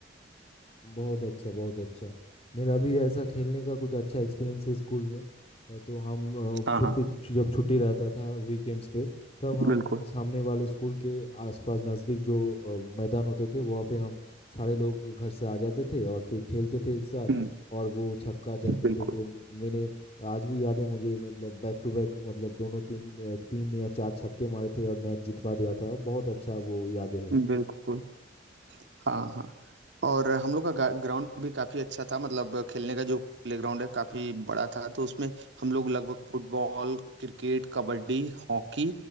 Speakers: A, on the left (about 35°); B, on the right (about 70°).
A: बहुत अच्छा बहुत अच्छा मेरा भी ऐसा खेलने का कुछ अच्छा एक्सपीरियंस है स्कूल में अ, तो हम अ,
B: हाँ
A: छुट्टी
B: हाँ
A: जब छुट्टी रहता था वीकेंड्स पे तब हम
B: बिल्कुल
A: सामने वाले स्कूल के आसपास नज़दीक जो अ, मैदान होते थे वहाँ पे हम सारे लोग घर से आ जाते थे और फिर खेलते थे एक साथ
B: हम्म
A: और वो छक्का जड़ देते
B: बिल्कुल
A: थे मैंने आज भी याद है मुझे मतलब बैक टू बैक मतलब दोनों तीन अ, तीन या चार छक्के मारे थे और मैच जितवा दिया था बहुत अच्छा वो यादें है
B: बिल्कुल हाँ हाँ और हम लोग का ग्राउंड भी काफी अच्छा था मतलब खेलने का जो प्लेग्राउंड है काफी बड़ा था तो उसमें हम लोग लगभग फुटबॉल क्रिकेट कबड्डी हॉकी